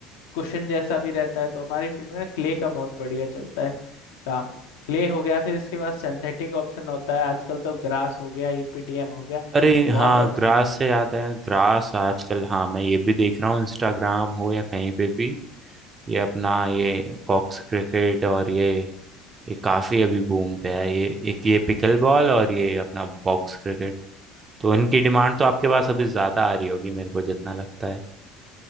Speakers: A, on the left; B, on the right.
A: कुशन जैसा भी रहता है तो हमारी फील्ड में क्ले का बहुत बढ़िया चलता है काम क्ले हो गया फिर इसके बाद सिंथेटिक ऑप्शन होता है आजकल तो ग्रास हो गया ईपीडीएम हो गया
B: अरे
A: बहुत
B: हाँ
A: ऑप्शन
B: ग्रास
A: है
B: से याद है ग्रास आजकल हाँ मैं ये भी देख रहा हूँ इंस्टाग्राम हो या कहीं पे भी ये अपना ये बॉक्स क्रिकेट और ये ये काफी अभी बूम पे है ये एक ये पिकल बॉल और ये अपना बॉक्स क्रिकेट तो इनकी डिमांड तो आपके पास अभी ज्यादा आ रही होगी मेरे को जितना लगता है